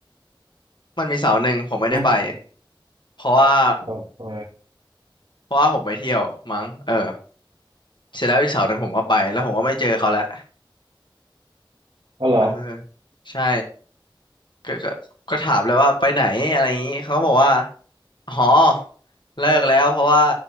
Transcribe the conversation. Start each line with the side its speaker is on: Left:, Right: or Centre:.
Left: มันมีเสาร์หนึ่งผมไม่ได้ไป
Right: ฮะ
Left: เพราะว่า
Right: เออเออ
Left: เพราะว่าผมไปเที่ยวมั้งเออเสร็จแล้วอีกเสาร์หนึ่งผมก็ไปแล้วผมก็ไม่เจอเขาแหละ
Right: เอาเหรอ
Left: เออใช่ก็ก็ก็ถามเลยว่าไปไหนอะไรอย่างนี้เขาก็บอกว่าหอเลิกแล้วเพราะว่า